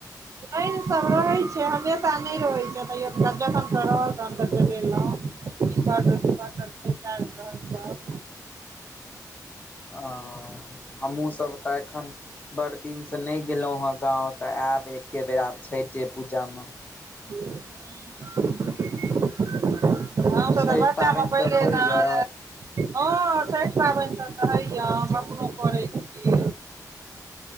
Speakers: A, on the right (about 50°); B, on the left (about 25°).
A: लाइनसभ रहै छै, हमेशा नै रहै छै। तैयो जखन तक रहल तखन तखन चलेलौं। इनवर्टर तीनवरटर से च रहल छ।
B: हँ हमहुँ सब टा एखन, बड़ दिन से नै गेलौं हँ गाँंव तऽ आयब एके बेरा आब छइठे पूजा में।
A: <inaudible> हम सऽ
B: छठि
A: तऽ बच्चामे
B: पाबनि
A: पहिले
B: सब होइया
A: नाहाइले हँ छईठ पाबनिसभ तऽ होइए, हम अपनो करैत छी।